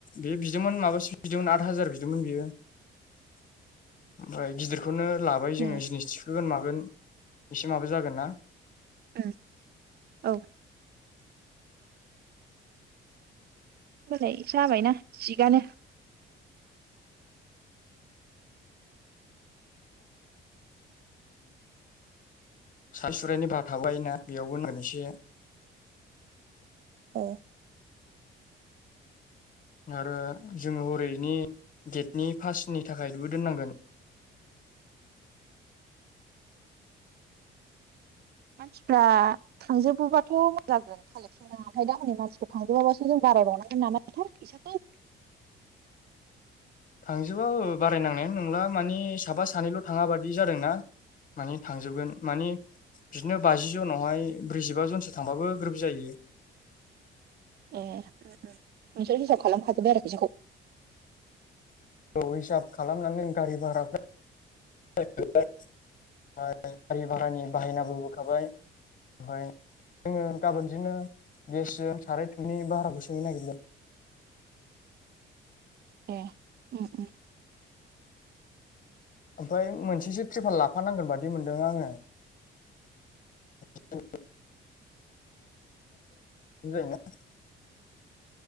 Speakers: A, on the left; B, on the right.
A: बे बिदोंमोन माबासो बिदोंमोन आद हाजार बिदोंमोन। ओमफ्राय गिदिरखौनो लाबाय जोङो
B: ए
A: जिनिस थिखोगोन मागोन एसे माबा जागोन ना।
B: ओं औ होनबालाय जाबायना थिगानो
A: साय सुरायनि भा थाबायोना बेयावबो मोनसे
B: औ
A: आरो जोङो हरैनि गेटनि पासिनि थाखाय दु दोननांगोन
B: मानसिफ्रा थांजोबोबाथ' मज जागोन कालेकसना ओमफ्राय दा हनै मानसिफोर थांजोबाबासो जों बारायावनांगोन नामाथाया फैसाखौ
A: <inaudible> थांजोबा बारायनांनायानो नंला मानि साबा सानैल' थाङा बादि जादोंना। मानि थांजोबगोन मानि बिदिनो बाजि जनाव हाय ब्रैजिबा जनसो थांबाबो ग्रोब जायो।
B: ए नोंसोर हिसाब खालामखाजोबबाय आरोखि फैसाखौ
A: औ हिसाब खालामनानै जों गारि भाराखौ ओमफ्राय गारि भारानि बाहायनाबो होखाबाय ओमफ्राय जोङो गाबोनजोंनो गेसजों साराय थुमै बाराखौ सोंहैनो नागिरदों। <inaudible>
B: ए ओम ओम
A: ओमफ्राय मोनसेसो ट्रिपाल लाफानांगोन बादि मोनदों आङो। <unintelligible> जायोना